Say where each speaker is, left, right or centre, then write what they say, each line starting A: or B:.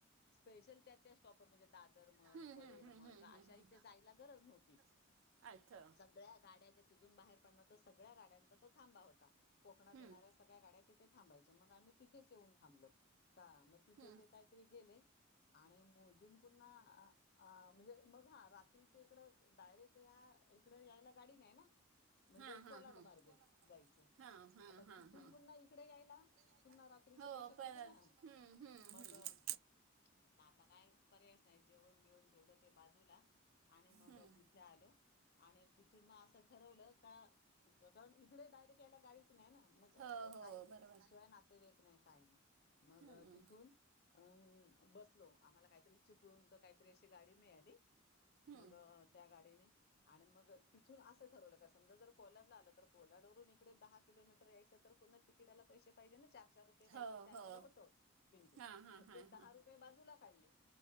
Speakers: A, on the left; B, on the right.
A: स्पेशल त्या त्या प म्हणजे दादर म्हण
B: हम्म
A: परेल
B: हम्म हम्म
A: म्हण
B: हम्म हम्म
A: अशा
B: हम्म.
A: इथे जायला गरज नव्हती.
B: नव्हती. अच्छा
A: सगळ्या गाड्या ज्यया तिथून बाहेर पडणार तर सगळ्या गाड्या थांबत होता कोकणात
B: हम्म.
A: येणाऱ्या सळ्या गाड्या ते थांबायच मग आम्ही तिथेच येऊन थांबलो का मग तिथे
B: हम्म.
A: ते काहीतरी गेले, आणि म अ पुन्हा म्हणजे मग हा रात्रीच इकड डायरेकट या इकडं गाडी डी ना म्हणजे
B: हा हा
A: कोलाड
B: हा
A: मार्गे जायचं
B: हा हा
A: आता तिथून
B: हा हा.
A: पुन्हा इकडे यायला.
B: यायला
A: पुन्हा रात्रीचे
B: हो
A: पैसे पाहिजे
B: परत
A: ना
B: हम्म हम्म
A: मग
B: हम्म
A: म्हटलं आता काय पर्यास नाही जेवण बिऊन ठेवलं ते बाजूला आणि मग
B: हम्म
A: तिथे आल आणि तिथून मग असं ठरवलं का कारण इकडे डायरेक्ट यायला गाडी नाही ना मग
B: हो हो
A: काही
B: बरोबर
A: शिवाय नातेवाईक नाही काही नाही मग
B: हम्म
A: तिथून अ बसलो आम्हाला काहीतरी चिपळून काहीतरी अशी गाडी मिळाली.
B: हम्म.
A: मग त्या गाडीने आणि मग तिथून असं ठरवलं का समजा जर कोलाडला आलं तर कोलाडवरून इकडे दहा किलोमीटर यायचं तर को तिकीटला पैसे पाहिजे ना चार हजार रुपये काहीतरी
B: हो
A: त्या ववेळेला
B: हो
A: होत तीन तन
B: हां हां
A: मग
B: हां
A: ते दहा
B: हां
A: रुपये बाजूला काढले.